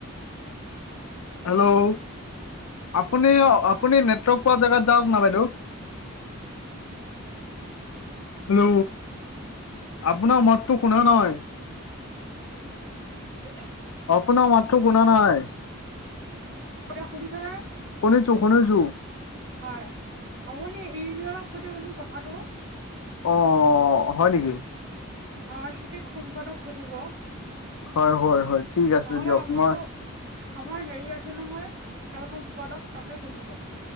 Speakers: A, on the left; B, on the right.
A: হেল্ল'। আপুনি আপুনি নেটৱৰ্ক পোৱা জেগাত যাওক না বাইদেউ।
B: <inaudible>
A: হেল্ল'। আপোনাৰ মাতটো শুনা নাই।
B: এতিয়া
A: আপোনাৰ মাতটো শুনা নাই।
B: কিয় শুনিছনে?
A: শুনিছো শুনিছো
B: হয়, আপুনি ইউনিয়নক সুধিবচোন কথাটো।
A: অ' হয় নেকি?
B: সাংস্কৃতিক সম্পাদক সুধিব?
A: হয়-হয়-হয় ঠিক আছে
B: নহ'লে
A: দিয়ক।
B: আমাৰো
A: মই
B: আমাৰ হেৰি আছে নহয়, খেল সম্পাদক তাকে সুধিব।